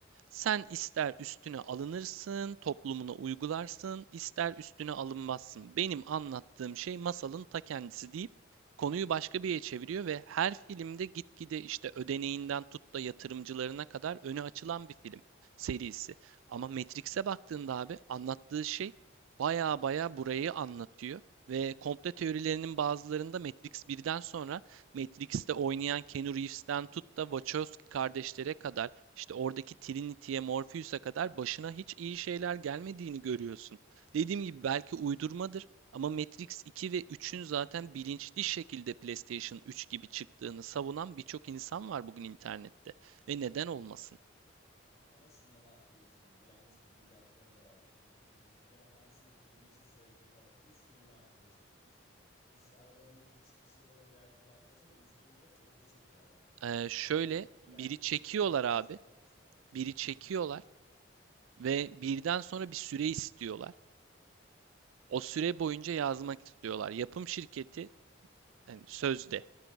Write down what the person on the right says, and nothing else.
Sen ister üstüne alınırsın, toplumuna uygularsın, ister üstüne alınmazsın. Benim anlattığım şey masalın ta kendisi deyip konuyu başka bir yere çeviriyor ve her filmde gitgide işte ödeneğinden tut da yatırımcılarına kadar öne açılan bir film serisi. Ama Matrix'e baktığında abi anlattığı şey baya baya burayı anlatıyor. Ve komple teorilerinin bazılarında Matrix birden sonra Matrix'te oynayan Keanu Reeves'ten tut da Wachowski kardeşlere kadar işte oradaki Trinity'ye, Morpheus'a kadar başına hiç iyi şeyler gelmediğini görüyorsun. Dediğim gibi belki uydurmadır ama Matrix 2 ve 3'ün zaten bilinçli şekilde PlayStation 3 gibi çıktığını savunan birçok insan var bugün internette. Ve neden olmasın?
Ee,
şöyle
biri çekiyorlar
abi,
biri çekiyorlar
ve birden sonra bir süre istiyorlar. O süre boyunca yazmak istiyorlar. Yapım şirketi yani sözde